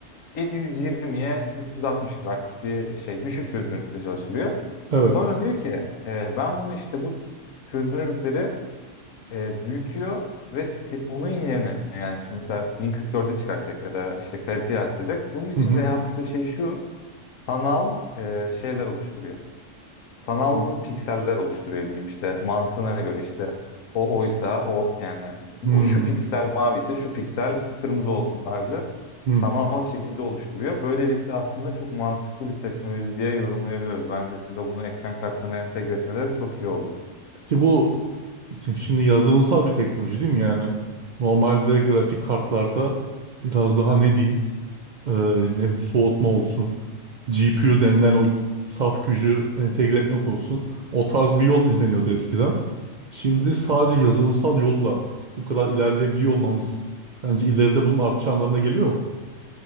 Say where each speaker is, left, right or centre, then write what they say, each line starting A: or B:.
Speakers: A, on the left (about 85°); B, on the right (about 60°).
A: 720'ye 360 gibi artık bir şey düşük çözünürlükte çalıştırıyor.
B: Evet.
A: Sonra diyor ki e, ben bunu işte bu çözünürlükleri e, büyütüyor ve se- onun yerine yani şimdi mesela 1044'e çıkartacak ya da işte kaliteyi arttıracak. Bunun için
B: Hı hı.
A: de yaptığı şey şu sanal e, şeyler oluşturuyor. Sanal
B: Hı
A: pikseller oluşturuyor diyeyim işte mantığına göre işte o oysa o yani
B: hı.
A: o şu piksel mavi ise şu piksel kırmızı olsun tarzı
B: Hı.
A: sanal şekilde oluşturuyor. Böylelikle aslında çok mantıklı bir teknoloji diye yorumlayabiliyoruz. Bence de bunu ekran kartlarına entegre etmeleri çok iyi oldu.
B: Ki bu şimdi yazılımsal bir teknoloji değil mi yani? Normalde grafik kartlarda biraz daha ne diyeyim? e, ne bileyim soğutma olsun, GPU denilen o saf gücü entegre etmek olsun. O tarz bir yol izleniyordu eskiden. Şimdi sadece
A: Evet.
B: yazılımsal yolla bu kadar ilerleyebiliyor olmamız bence ileride bunun artacağı anlamına geliyor mu?